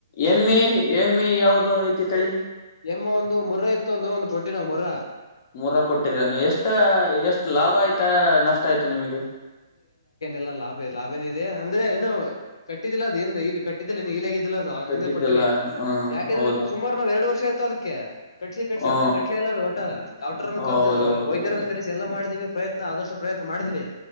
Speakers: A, on the left; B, on the left.
A: ಎಮ್ಮಿ ಎಮ್ಮಿ ಯಾವ್ದ ಐತಿ ತಳಿ
B: ಎಮ್ಮ ಒಂದು ಮುರ ಎತ್ತು ಒಂದು ಒಂದು ಕೊಟ್ಟಿವ ನಾವು ಮುರ
A: ಮೂರ ಕೊಟ್ಟಿರಾನ ಎಷ್ಟ ಎಷ್ಟು ಲಾಭ ಆಯ್ತಾ ನಷ್ಟ ಆಯ್ತಾ ನಿಮಗೆ
B: ಲ್ಲ ಲಾಭ ಇದೆ ಲಾಭನೇ ಇದೆ ಅಂದ್ರೆ ಏನು ಕಟ್ಟಿದ್ದಿಲ್ಲ ಅದುಲ್ಲಿ ಕಟ್ಟಿದ್ದ ಇದ ಇಲಗೇತಿ ಇಲದಿಲ್ಲ ಅದು
A: ಕಟ್ಟಿದ್ದಲ್ಲ
B: ಹಂಗೆ ಕೊಟ್ಟಿವವಿ
A: ಹ
B: ಯಾಕೆಂದ್ರೆ
A: ಹೌದಾ
B: ಸುಮಾರು ನಾವ್ ಎರಡು ವರ್ಷ ಆಯ್ತು ಅದಕ್ಕೆ ಕಟ್ಸಿ ಕಟ್ಸಿ
A: ಹ
B: ಅಂದ್ರೆ ಕಟ್ಲೆ ಇಲ್ಲ ಅದು ಒಟ ಡಾಕ್ಟರ್ನ
A: ಹೌದೌದೌದು
B: ಕರೆದು ವೈದ್ಯರನ ಕರೆಸಿ ಎಲ್ಲ ಮಾಡಿದಿವಿ. ಪ್ರಯತ್ನ ಆದಷ್ಟು ಪ್ರಯತ್ನ ಮಾಡಿದ್ವಿ.